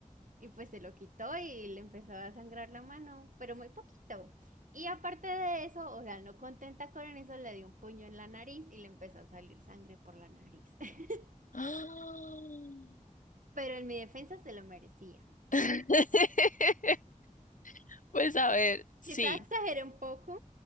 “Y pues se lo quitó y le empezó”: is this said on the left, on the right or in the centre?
Right